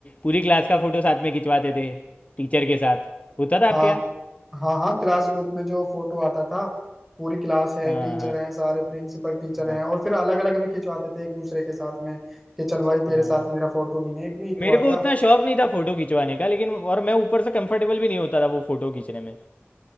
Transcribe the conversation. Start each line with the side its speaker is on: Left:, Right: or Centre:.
Left: पूरी क्लास का फोटो साथ में खिंचवाते थे टीचर के साथ होता था
Centre: हाँ
Left: आपके यहाँ
Centre: हाँ हाँ क्लास ग्रुप में जो फोटो आता था पूरी क्लास है
Left: हाँ
Centre: टीचर हैं सारे प्रिंसिपल टीचर
Left: हाँ हाँ
Centre: हैं और फिर अलग अलग भी खिंचवाते थे एक दूसरे के साथ में कि चल भाई
Left: हाँ।
Centre: तेरे साथ मेरा फोटो नहीं है एक भी तो
Left: मेरे
Centre: आजा
Left: को उतना शौक नहीं था फोटो खिंचवाने का लेकिन और मैं ऊपर से कंफर्टेबल भी नहीं होता था वो फोटो खींचने में